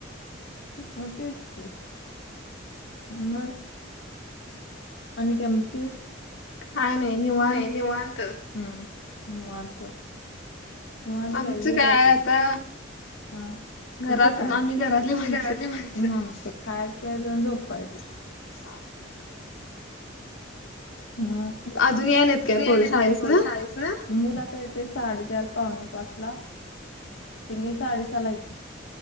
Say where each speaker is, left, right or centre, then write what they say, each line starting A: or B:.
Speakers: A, on the left; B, on the left.
A: हो तेचकी. मग. आणि काय म्हनतीस
B: काय नाही निवांत
A: नाही निवांत हम् निवांत निवांत
B: आमचं
A: आहे बेज
B: काय
A: हाय तुज.
B: आता
A: हा
B: घरात
A: तुझं काय
B: आम्ही घरातली माणसं
A: मी घरात माऊसत खायच प्यायच झोपायचं.
B: <inaudible>
A: म
B: अजून या नाहीत काय
A: नाही
B: पोरी
A: आल्यात
B: शाळेस
A: का पोरी
B: ना
A: शाळेसन मुला तर येते साडेचार पावणे पाच ला पिली साडेसहा ला येत्या